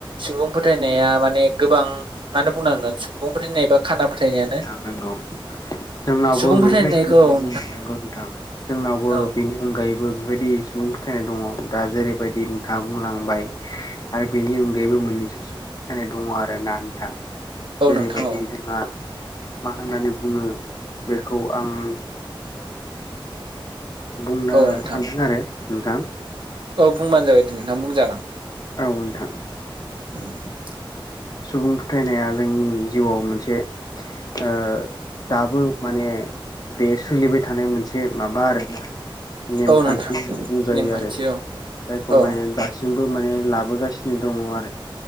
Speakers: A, on the right; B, on the left.
A: सुबुं फोथायनाया माने गोबाङानो बुंनांगोन सुबुं फोथायनाय बा खाना फोथायनायानो।
B: नोंगौ जोंनावबो
A: सुबुं
B: बेफोरबायदिनो
A: फोथायनायखौ औ
B: गौ नोंथां। जोंनावबो
A: औ
B: बेनि अनगायैबो ओ बो बेबायदि सुबुं फोथायनाय दङ दा जेरैबायदि नोंथाङा बुंलांबायो। आरो बेनि अनगायैबो मोननैसो सुबुं फोथायनाय दङ आरो ना नोंथां
A: औ
B: जेरैबायदि
A: नोंथां औ
B: जोंहा मा होननानै बुङो बेखौ आंखौ बुंनो
A: औ नोंथां
B: सान्दों आरो नोंथां।
A: औ बुंबानो जाबाय दि नोंथां बुंजागोन।
B: ओ नोंथां।
A: <unintelligible>
B: सुबुं फोथायनाया जोंनि जिउआव मोनसे ओ दाबो माने बे सोलिबाय थानाय मोनसे माबा आरोना। नेमखान्थि
A: औ नोंथां
B: होननानै बुंजायो
A: नेमखान्थि
B: आरो
A: औ
B: जायखौ
A: औ
B: माने दा दासिमबो माने लाबोगासिनो दङ' आरो